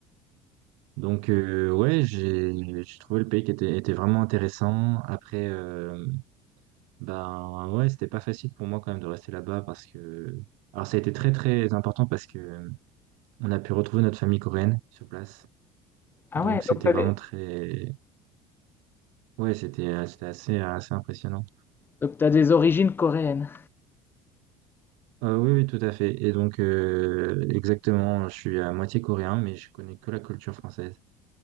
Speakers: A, on the right; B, on the left.
A: donc euh, ouais, j'ai j'ai trouvé le pays qui était était vraiment intéressant. Après, euh, Ben ouais, c'était pas facile pour moi quand même de rester là-bas parce que alors ça a été très très important parce que euh, on a pu retrouver notre famille coréenne sur place.
B: Ah
A: Donc
B: ouais,
A: c'était
B: donc tu as
A: vraiment
B: des
A: très ouais, c'était euh, c'était assez assez impressionnant.
B: donc t'as des origines coréennes.
A: Euh, oui oui, tout à fait. Et donc euh, exactement, je suis à moitié coréen mais je connais que la culture française.